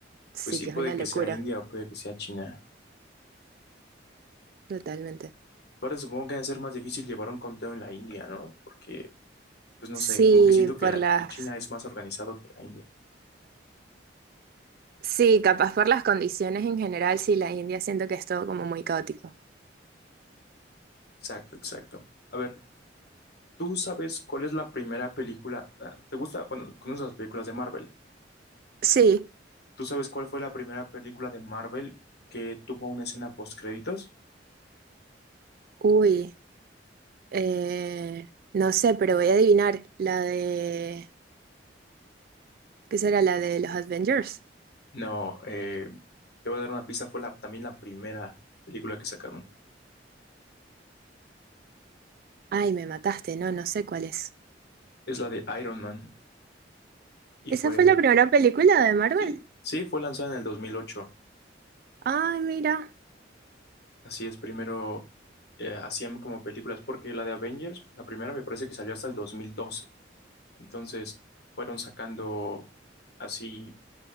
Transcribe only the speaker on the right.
Sí,
que
es una locura,
totalmente.
Sí,
por las...
Sí, capaz por las condiciones en general, sí, la India siento que es todo como muy caótico.
Sí,
uy, eh, no sé, pero voy a adivinar la de... ¿Qué será la de los Avengers?
Ay, me mataste, no, no sé cuál es.
¿Esa
fue la primera película de Marvel?
Ay, mira.